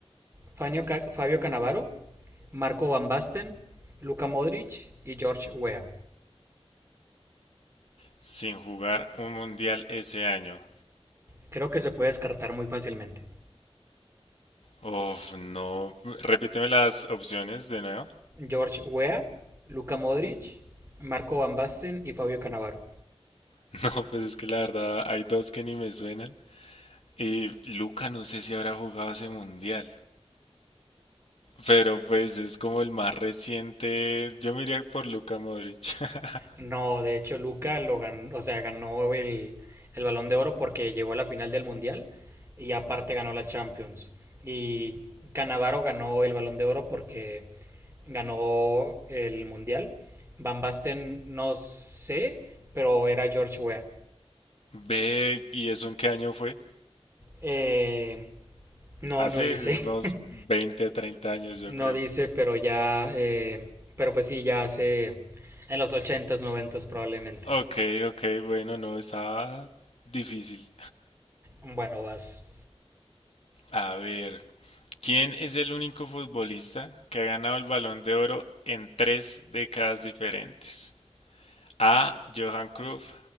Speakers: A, on the right; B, on the left.
A: Fabio, Ca- Fabio Canavaro, Marco Van Basten, Luka Modric y George Weah.
B: Sin jugar un mundial ese año.
A: Creo que se puede descartar muy fácilmente.
B: Uf, no. Repíteme las opciones de nuevo.
A: George Weah, Luka Modric, Marco Van Basten y Fabio Canavaro.
B: <laughs> No, pues es que la verdad hay dos que ni me suenan. Y Luca no sé si habrá jugado ese mundial. Pero pues es como el más reciente. Yo me iría por Luca Modric. <laughs>
A: No, de hecho Luca lo ganó, o sea, ganó el, el Balón de Oro porque llegó a la final del Mundial y aparte ganó la Champions. Y Canavaro ganó el Balón de Oro porque ganó el Mundial. Van Basten no sé, pero era George Weah.
B: Ve, ¿y eso en qué año fue?
A: Eh, no,
B: Hace
A: no dice.
B: unos
A: <laughs>
B: 20, treinta años, yo
A: no
B: creo.
A: dice, pero ya... eh, pero pues sí, ya hace en los ochentas noventas probablemente.
B: Ok, ok, bueno, no, estaba difícil.
A: Bueno, vas.
B: A ver, ¿quién es el único futbolista que ha ganado el Balón de Oro en tres décadas diferentes? A. Johan Cruyff.